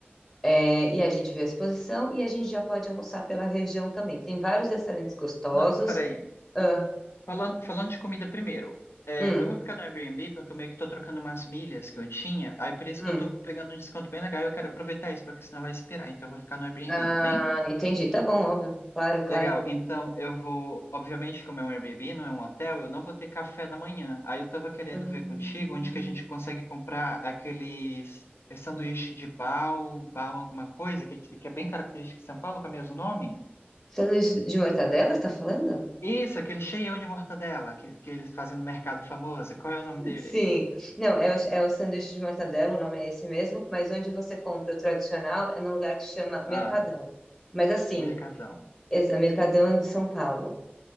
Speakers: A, in the centre; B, on the left.
A: é, e a gente vê a exposição, e a gente já pode almoçar pela região também. Tem vários restaurantes gostosos.
B: Não, peraí.
A: Ah,
B: Falando, falando de comida primeiro, é,
A: hum,
B: eu vou ficar no Airbnb porque eu meio que tô trocando umas milhas que eu tinha, aí por isso
A: hum.
B: que eu tô pegando um desconto bem legal e eu quero aproveitar isso, porque senão vai esperar, então eu vou ficar no Airbnb,
A: Ah,
B: tá bem?
A: entendi, tá bom, óbvio, claro, claro.
B: Legal, então eu vou, obviamente, como é um Airbnb, não é um hotel, eu não vou ter café da manhã. Aí eu tava querendo
A: Hum,
B: ver contigo onde que a gente consegue comprar aqueles é, sanduíche de pau, pau alguma coisa, que, que é bem característico de São Paulo, com é o mesmo nome?
A: Sanduíche de mortadela, você tá falando?
B: Isso, aquele cheião de mortadela que, que eles fazem no mercado famoso. Qual é o nome dele?
A: Sim. Não, é o, é o sanduíche de mortadela, o nome é esse mesmo, mas onde você compra o tradicional é num lugar que chama Mercadão.
B: Ah,
A: Mas assim,
B: Mercadão.
A: esse é Mercadão de São Paulo.